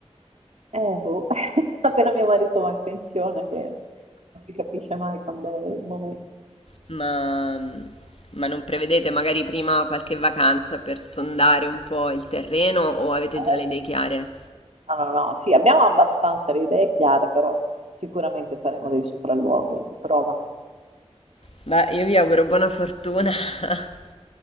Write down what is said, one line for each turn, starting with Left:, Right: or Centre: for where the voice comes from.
Right: Eh, boh, <laughs> appena mio marito va in pensione, che non si capisce mai quando è il momento.
Left: Ma, ma non prevedete magari prima qualche vacanza per sondare un po' il terreno o avete
Right: Eh,
Left: già le idee chiare?
Right: No, no, no, sì, abbiamo abbastanza le idee chiare, però sicuramente faremo dei sopralluoghi di prova.
Left: Beh, io vi auguro buona fortuna. <laughs>